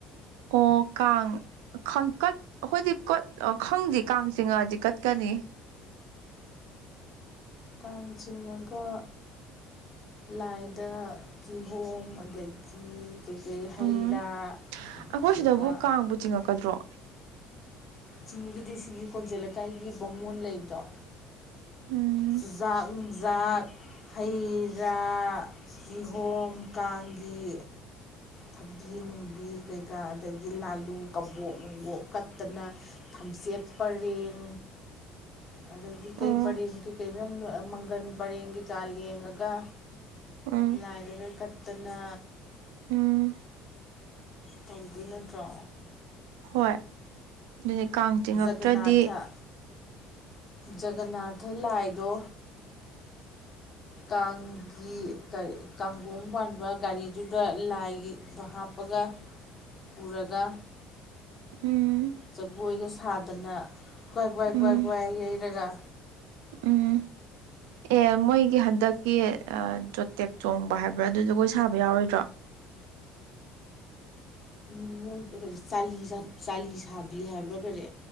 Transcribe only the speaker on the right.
ꯑꯣ ꯀꯥꯡ ꯈꯪ ꯀꯠ ꯑꯩꯈꯣꯏꯗꯤ ꯀꯠ ꯈꯪꯗꯦ ꯀꯥꯡ ꯆꯤꯡ ꯉꯛꯑꯗꯤ ꯀꯠꯀꯅꯤ
ꯎꯝ
ꯑꯩꯈꯣꯏ
ꯁꯤꯗꯕꯨ ꯀꯥꯡꯕꯨ ꯆꯤꯡꯉꯛꯀꯗ꯭ꯔꯣ
ꯎꯝ
<unintelligible> <inaudible>
ꯑꯣ
ꯎꯝ
ꯎꯝ
ꯍꯣꯏ ꯑꯗꯨꯗꯤ ꯀꯥꯡ ꯇꯤꯡꯉꯛꯇ꯭ꯔꯗꯤ
ꯎꯝ
ꯎꯝ
ꯎꯝ ꯑꯦ ꯃꯣꯏꯒꯤ ꯍꯟꯗꯛꯀꯤ ꯖꯣꯇꯦꯛ ꯆꯣꯡꯕ ꯍꯥꯏꯕ꯭ꯔꯥ ꯑꯗꯨ ꯖꯒꯣꯏ ꯁꯥꯕ ꯌꯥꯎꯔꯣꯏꯗ꯭ꯔꯣ <unintelligible> <inaudible>